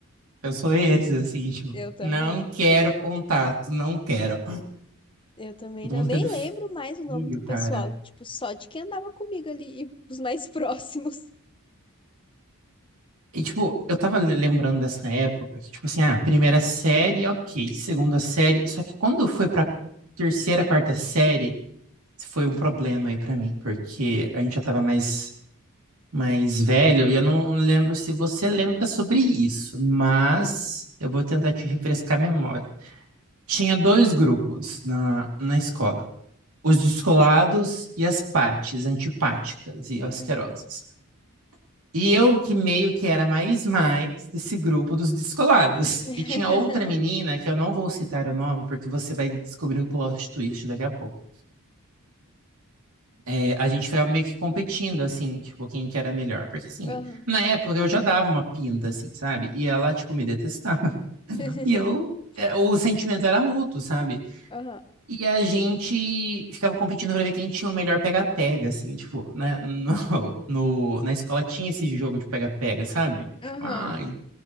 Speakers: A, on the right (about 75°); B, on the left (about 25°).
A: Eu sou esse, assim, tipo,
B: Eu também.
A: não quero contato, não quero.
B: Eu também
A: Todo
B: não.
A: mundo
B: Eu nem
A: tendo
B: lembro mais o nome
A: filho,
B: do pessoal,
A: cara.
B: tipo, só de quem andava comigo ali, e os mais <laughs> próximos.
A: E, tipo, eu tava le- lembrando dessa época, que, tipo assim, ah, primeira série, ok, segunda série, só que quando foi pra terceira, quarta série, foi um problema aí pra mim, porque a gente já tava mais, mais velho, e eu não lembro se você lembra sobre isso, mas eu vou tentar te refrescar a memória. Tinha dois grupos na, na escola, os descolados e as pates, antipáticas e asquerosas.
B: Uhum.
A: E eu que meio que era mais mais desse grupo dos descolados.
B: <laughs>
A: E tinha outra menina, que eu não vou citar o nome, porque você vai descobrir o plot twist daqui a pouco. É, a gente ficava meio que competindo, assim, tipo, quem que era melhor. Porque, assim,
B: Aham.
A: na época eu já dava uma pinta, assim, sabe? E ela, tipo, me detestava. <laughs>
B: <laughs>
A: E eu... é, O sentimento era mútuo, sabe?
B: Aham.
A: E a gente ficava competindo pra ver quem tinha o melhor pega-pega, assim, tipo, na, <laughs> no, no- na escola tinha esse jogo de pega-pega, sabe?
B: Aham.
A: Tipo, ai,